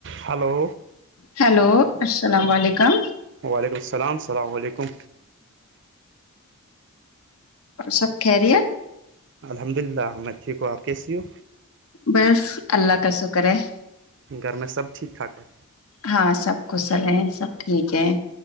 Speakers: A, on the right (about 55°); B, on the left (about 75°).
A: Hello
B: hello السلام علیکم
A: وعلیکم السلام سلام وعلیکم
B: اور سب خریت
A: الحمد للہ میں ٹھیک ہوں آپ کےسے ہو
B: بس اللہ کا شکر ہیے
A: ہو گھر میں سب ٹھیک ٹھاک ہے
B: ہاں سب خوش ہے سب ٹھیک ہے